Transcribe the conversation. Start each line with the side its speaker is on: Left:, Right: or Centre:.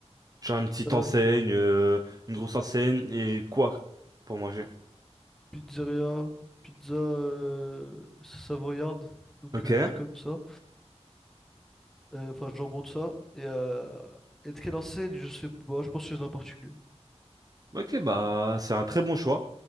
Right: Genre une petite
Centre: Pizza-
Right: enseigne, euh, une grosse enseigne et quoi pour manger?
Centre: pizzeria, pizza euh, savoyarde, donc
Right: Ok,
Centre: euh, bacon, tout ça. Euh, Enfin, jambon, tout ça. Et, euh, et de quelle enseigne, je sais pas, je pense chez un particulier.
Right: ok, bah c'est un très bon choix.